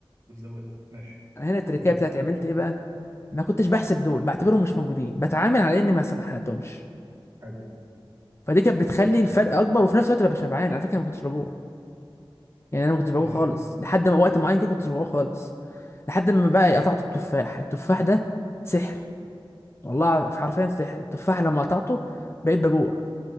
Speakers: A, on the right (about 40°); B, on the left (about 30°).
A: وتزودها ماشي
B: انا هنا التركايه
A: قول لي
B: بتاعتي
A: تركاية
B: عملت ايه بقى ما كنتش بحسب دول بعتبرهم مش موجودين بتعامل على اني ما سبحتهمش
A: حلو
B: فدي كانت بتخلي الفرق اكبر وفي نفس الوقت ببقى شبعان على فكره انا ما كنتش بجوع يعني انا ما كنتش بجوع
A: ماشي
B: خالص
A: حلو
B: لحد ما وقت معين كده كنتش بجوع خالص لحد ما بقى قطعت التفاح التفاح ده سحر والله حرفيا سحر التفاح لما قطعته بقيت بجوع